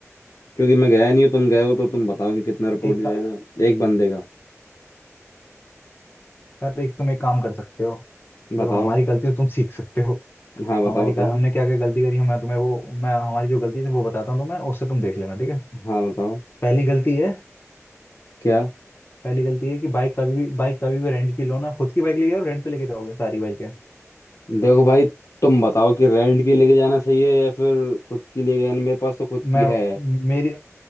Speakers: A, on the left; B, on the left.
A: क्योंकि मैं गया नहीं हूँ तुम गए हो तो तुम बताओ कि कितना रुपये
B: एक
A: उड़ जाएगा
B: का-
A: एक बंदे का
B: यार एक तुम एक काम कर सकते हो
A: बताओ
B: देखो हमारी गलती है, तुम सीख सकते हो
A: हाँ बताओ
B: हमारी
A: बताओ
B: का हमने क्या क्या गलती करी है मैं तुम्हें वो मैं हमारी जो गलती थी वो बताता हूँ तुम्हें उससे तुम देख लेना ठीक है
A: हाँ बताओ
B: पहली गलती है
A: क्या
B: पहली गलती है कि बाइक कभी भी बाइक कभी भी रेंट की लो ना खुद की बाइक ले आओ रेंट पे लेके जाओगे सारी बाइक
A: देखो भाई तुम बताओ कि रेंट की लेके जाना सही है या फिर खुद की लेके जाना मेरे पास तो खुद
B: मैं
A: की है
B: मेरी